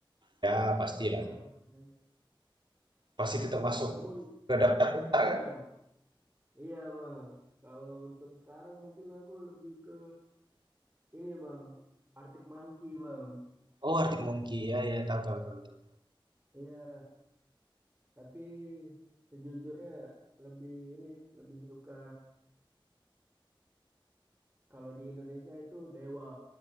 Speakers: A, on the right; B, on the right.
A: ya pastilah.
B: Westlife,
A: Pasti
B: Nah,
A: tetap masuk
B: namun
A: ke daftar
B: <laughs>
A: putar
B: iya,
A: kan?
B: iya Bang. Kalau untuk sekarang mungkin aku lebih ke ini Bang, Arctic Monkey Bang.
A: Oh, Arctic Monkey. Ya, ya, tahu, tahu, tahu, tahu.
B: Iya, tapi sejujurnya lebih ini, lebih suka kalau di Indonesia itu Dewa,